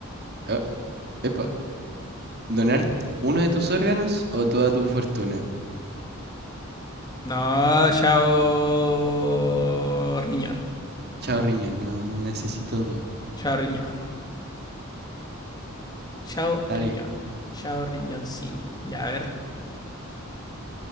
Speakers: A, on the right; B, on the left.
A: Ah, epa, ¿donar uno de tus órganos o toda tu fortuna?
B: No, chao. Riñón.
A: Chao, riñón, no, no necesito dos.
B: Chao, riñón. Chao,
A: Dale,
B: riñón. Chao, riñón sin. Ya, a ver.